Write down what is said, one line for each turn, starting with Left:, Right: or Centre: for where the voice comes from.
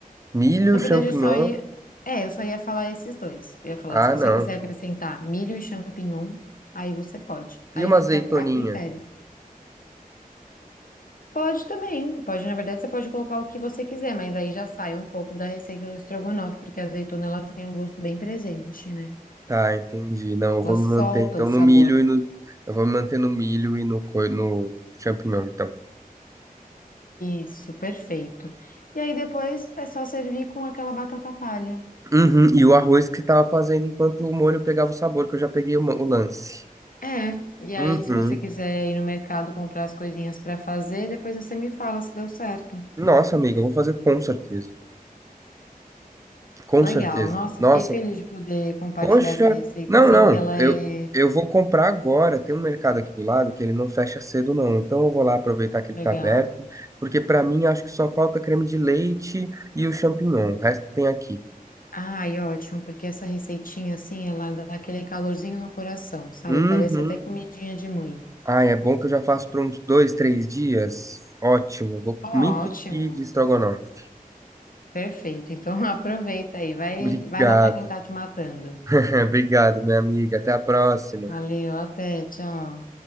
Right: milho,
Left: Na verdade,
Right: champignon.
Left: eu só ia. É, eu só ia falar esses dois. Eu ia falar,
Right: Ah,
Left: se você
Right: não.
Left: quiser acrescentar milho e champignon, aí você pode.
Right: E
Left: Aí
Right: uma
Left: fica
Right: azeitoninha?
Left: a critério. Pode também. Pode, na verdade, você pode colocar o que você quiser, mas aí já sai um pouco da receita do estrogonofe, porque a azeitona ela tem um gosto bem presente, né?
Right: Tá, entendi. Não, eu
Left: Ela
Right: vou
Left: solta
Right: me manter então
Left: o sabor.
Right: no milho e no. Eu vou me manter no milho e no, co- no champignon, então.
Left: Isso, perfeito. E aí depois é só servir com aquela batata palha.
Right: Uhum, e o arroz que você tava fazendo enquanto o molho pegava o sabor, que eu já peguei o, ma- o lance.
Left: É, e
Right: Uhum.
Left: aí se você quiser ir no mercado comprar as coisinhas pra fazer, depois você me fala se deu certo.
Right: Nossa, amiga, eu vou fazer com certeza. Com
Left: Legal.
Right: certeza.
Left: Nossa,
Right: Nossa,
Left: fiquei feliz de poder compartilhar
Right: poxa.
Left: essa receita
Right: Não,
Left: assim,
Right: não.
Left: que ela
Right: Eu,
Left: é
Right: eu vou comprar agora. Tem um mercado aqui do lado que ele não fecha cedo, não. Então eu vou lá aproveitar que
Left: legal.
Right: ele tá aberto, porque pra mim acho que só falta creme de leite e o champignon. O resto tem aqui.
Left: Ai, ótimo, porque essa receitinha assim, ela dá aquele calorzinho no coração, sabe?
Right: Uhum.
Left: Parece até comidinha de mãe.
Right: Ai, é bom que eu já faço por uns dois, três dias. Ótimo, vou
Left: Ótimo.
Right: me entupir de estrogonofe.
Left: Perfeito. Então <laughs> aproveita aí, vai
Right: Obrigado,
Left: vai matar quem tá te matando.
Right: <laughs> obrigado, minha amiga. Até a próxima.
Left: Valeu, até, tchau.